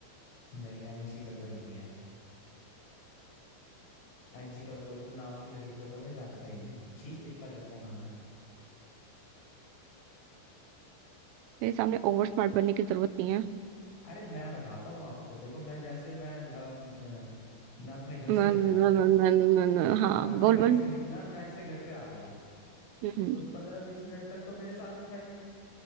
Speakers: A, on the left; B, on the right.
A: नहीं नहीं अंशिका तो नहीं है अंशिका को तो नाम की लड़की को तो मैं जानता ही नहीं छी कितना गंदा नाम है
B: मेरे सामने ओवर स्मार्ट बनने की जरूरत नहीं है
A: अरे मैं बताता हूँ आपको देखो मैं जैसे मैं अम, अ, मैं अपने घर
B: न,
A: से
B: न,
A: निकला
B: न, न, न, न, न, हाँ
A: मैं अपने
B: बोल
A: घर
B: बोल
A: से निकला मैं इसके घर पे आ गया
B: हम्म
A: तो पंद्रह बीस मिनट तक तो मेरे साथ ही था ये